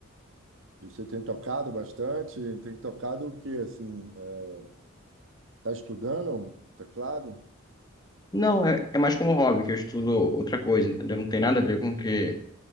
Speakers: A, on the right; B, on the left.
A: E você tem tocado bastante? Tem tocado o quê, assim? É, tá estudando teclado?
B: Não, é, é mais como hobby, que eu estudo outra coisa, entendeu? Não tem nada a ver com que